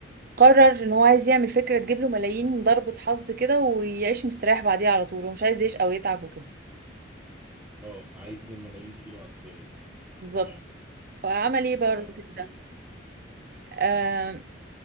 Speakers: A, on the right; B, on the right.
A: قرر ان هو عايز يعمل فكرة تجيب له ملايين ضربة حظ كده ويعيش مستريح بعديها على طول ومش عايز يعيش او يتعب وكده
B: اه عايز الملايين تجي له على الجهاز
A: بالظبط
B: تمام
A: فعمل ايه بقى
B: اه
A: الراجل
B: اعمل
A: ده
B: ايه بقى
A: آه،